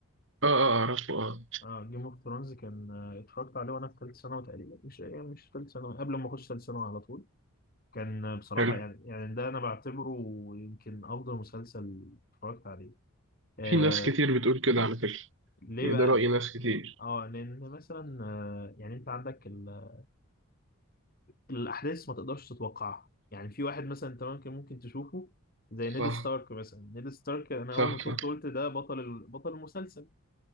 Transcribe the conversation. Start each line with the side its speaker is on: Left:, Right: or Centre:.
Right: اه اه آه، اعرفه اه
Left: اه جيم اوف ثرونز كان آه، اتفرجت عليه وانا في ثالث ثانوي تقريبا مش يعني مش ثالث ثانوي قبل ما اخش ثالث ثانوي على طول كان آه، بصراحة
Right: حلو
Left: يعني يعني ده انا بعتبره يمكن افضل مسلسل اتفرجت عليه آه
Right: في ناس كتير بتقول كده على فكره
Left: ليه
Right: يعني
Left: بقى
Right: ده راي ناس كتير
Left: اه لان مثلا آه، يعني انت عندك ال... الاحداث ما تقدرش تتوقعها يعني في واحد مثلا انت ممكن ممكن تشوفه زي
Right: صح
Left: نيد ستارك مثلا نيد ستارك انا
Right: صح
Left: اول ما شفته
Right: صح
Left: قلت ده بطل ال... بطل المسلسل